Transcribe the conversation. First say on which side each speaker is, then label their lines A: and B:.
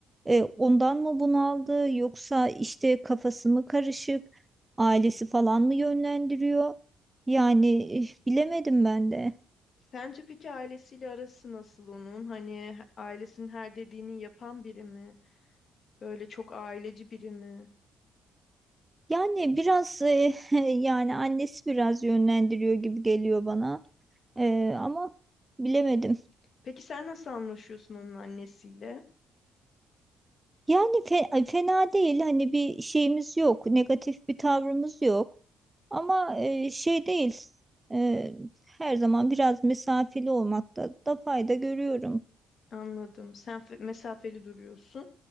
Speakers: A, on the right; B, on the left.
A: Ee, ondan mı bunaldı? Yoksa işte kafası mı karışık? Ailesi falan mı yönlendiriyor? Yani eh, bilemedim ben de.
B: Sence peki ailesiyle arası nasıl onun? Hani ailesinin her dediğini yapan biri mi? Böyle çok aileci biri mi?
A: Yani biraz eh, <laughs> yani annesi biraz yönlendiriyor gibi geliyor bana. Ee, ama bilemedim.
B: Peki sen nasıl anlaşıyorsun onun annesiyle?
A: Yani fe- fena değil hani bir şeyimiz yok negatif bir tavrımız yok ama e, şey değil e, her zaman biraz mesafeli olmakta da fayda görüyorum.
B: Anladım. Sen fe- mesafeli duruyorsun.